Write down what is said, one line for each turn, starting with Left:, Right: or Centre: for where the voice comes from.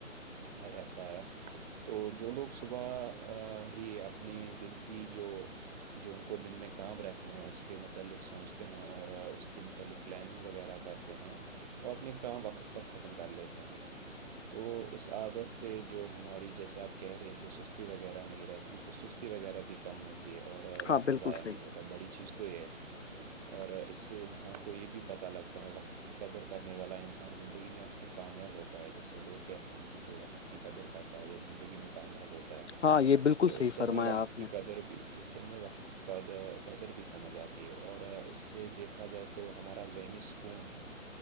Right: رہتا ہے تو جو لوگ صبح ہی اپنے دن کی جو جو ان کو دن میں کام رہتے ہیں اس کے مطلب متعلق سوچتے ہیں اور اسک متعلق پلاننگ وغیرہ کرتے ہیں وہ اپنے کام وقت پر ختم کر لیتے ہیں تو اس عادت سے جو ہماری جیسے آپ کہہ رہے تھے سستی وغیرہ نہیں رہتی تی تو سستی وغیرہ بھی کم ہوتی ہے اور وقت
Left: ہاں بالکل
Right: ضائع
Left: صحیح
Right: نہیں ہوتا بڑی چیز تو یہ ہے اور اس سے انسان کو یہ بھی پتہ لگتا ہے وقت کی قدر کرنے والا انسان زندگی میں اکثر کامیاب ہوتا ہے جیسے لوگ کہتے ہیں کہ جو وقت کی قدر کرتا ہے وہ زندگی میں کامیاب ہوتا ہے ہے
Left: ہاں یہ بالکل
Right: تو
Left: صحیح
Right: اس سے
Left: فرمایا
Right: ہمیں وقت
Left: آپ
Right: کی
Left: نے
Right: قدر بھی اس سے ہمیں وقت کی قدر قدر بھی سمجھ آتی ہے اور اس سے دیکھا جائے تو ہمار زہنی سکون